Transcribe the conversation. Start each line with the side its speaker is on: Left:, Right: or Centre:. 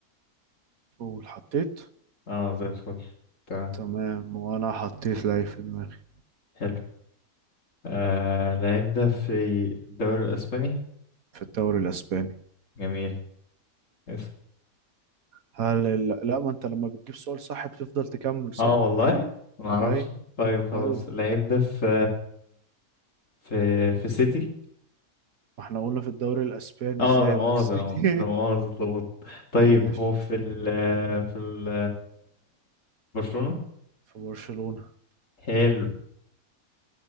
Right: قول حطيت
Left: اه زي الفل تمام
Right: تمام وانا حطيت لعيب في دماغي
Left: حلو آه لعيب ده في الدوري الاسباني
Right: في الدوري الاسباني
Left: جميل اسم
Right: هل ال... لا ما انت لما بتجيب سؤال صح بتفضل تكمل صح
Left: اه والله ما اعرفش
Right: طيب
Left: طيب خلاص
Right: ايوه
Left: اللعيب ده في في في سيتي
Right: واحنا قلنا في الدوري الاسباني
Left: اه
Right: ازاي
Left: لا مؤاخذة
Right: هيبقى السيتي
Left: لا مؤ- لا مؤاخذة اتلخبطت طيب
Right: <laughs> ماشي
Left: هو في ال في ال برشلونة
Right: في برشلونة
Left: حلو